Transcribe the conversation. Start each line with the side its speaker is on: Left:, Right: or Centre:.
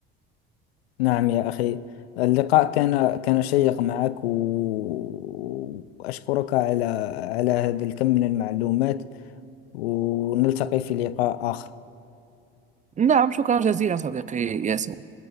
Left: نعم يا أخي اللقاء كان كان شيق معك و- وأشكرك على على هذا الكم من المعلومات ونلتقي في لقاء آخر
Right: نعم شكرا جزيلا صديقي ياسر